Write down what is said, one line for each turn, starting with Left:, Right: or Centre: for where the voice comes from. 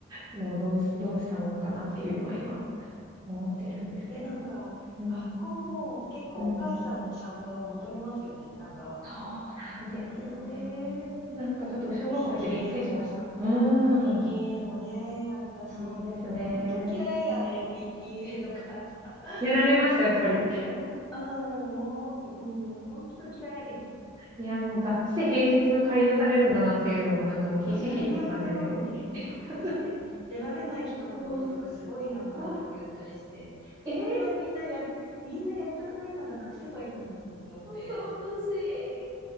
Right: もうどうし、どうしたもんかなっていうのは今
Left: ああ。
Right: 思ってるんですけど。
Left: で、なんか、
Right: うん。
Left: 学校も結構お母さんの参加を求めますよね。
Right: うん。
Left: なんか、
Right: そうなんですよね。
Left: うーん、
Right: なんかちょっと小学校入ってびっくりしました。
Left: PTA も、
Right: うーん。
Left: PTA もね、あれだし、
Right: そうですね。
Left: もう本当嫌いあれ、PTA とか。<laughs>
Right: やられました、やっぱり。
Left: なん、
Right: う
Left: なん、うん、もう、うん、本当嫌い。
Right: ん。いや、もうがっつり平日駆り出されるんだなっていうのをなんかもうひしひしって感じでね。
Left: そう、当たり前のように、
Right: <laughs>
Left: あれして、出られない人のこととかすごいなんか悪く言ったりして、
Right: そう、そう。ええ、
Left: こんなにみんなやり、みんなやりたくないならなくせばいいのにと思って、
Right: 恐ろしい。